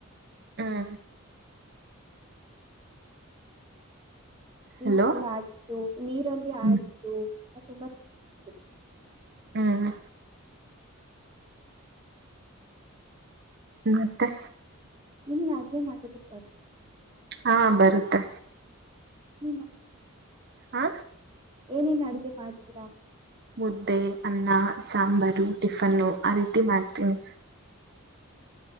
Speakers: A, on the right; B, on the right.
A: ಹ್ಮ
B: ಬೀಚ
A: ಹಲೋ
B: ಎಲ್ಲಿ ಆಡು ನೀರಲ್ಲಿ
A: ಹ್ಮ್
B: ಆಡಿದ್ದು ತಂಬ ತುಂಬಾ ಚೆನ್ನತ್ತು
A: ಹ್ಮ್ ಮ ಮತ್ತೆ
B: ನೀಲ್ಲಿ ಆಾಜ್ಞೆ ಮಾಡದಿದ್ದಾರೆ
A: ಹಾ ಬರುತ್ತೆ
B: ಹ್ಮ
A: ಹಾ
B: ಏನೇನ್ ಅಡುಗೆ ಮಾಡ್ತೀರಾ
A: ಮುದ್ದೆ ಅನ್ನ ಸಾಂಬಾರು ಟಿಫನ್ನು ಆ ರೀತಿ ಮಾಡ್ತೀನಿ